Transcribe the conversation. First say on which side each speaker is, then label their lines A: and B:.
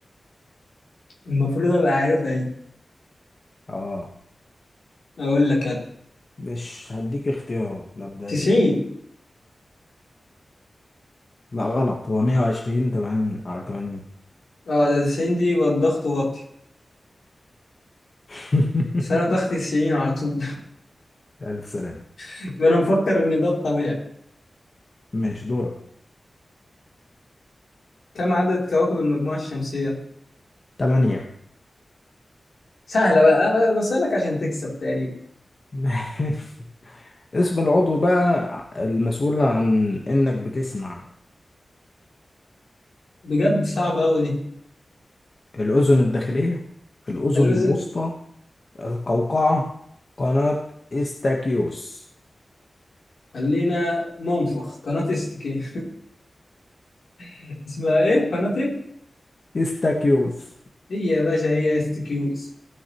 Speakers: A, on the left; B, on the left.
A: المفروض ابقى عارفها دي
B: اه
A: اقول لك انا
B: مش هديك اختيارات مبدئيا
A: 90
B: لا غلط هو 120 80 على 80
A: اه ده 90 دي يبقى الضغط واطي
B: <laughs>
A: بس انا ضغطي 90 على طول
B: الف سلامة
A: <laughs> انا مفكر ان ده الطبيعي
B: ماشي دورك
A: كم عدد كواكب المجموعة الشمسية
B: 8
A: سهلة بقى أنا بسألك عشان تكسب تقريبا
B: <laughs> اسم العضو بقى المسؤول عن انك بتسمع
A: بجد صعبة أوي دي
B: الاذن الداخلية الاذن
A: الأذن
B: الوسطى القوقعة قناة استاكيوس
A: خلينا منفخ قناة استكين <laughs> اسمها ايه قناة إيه؟
B: استاكيوس
A: هي يا باشا هي استكيوز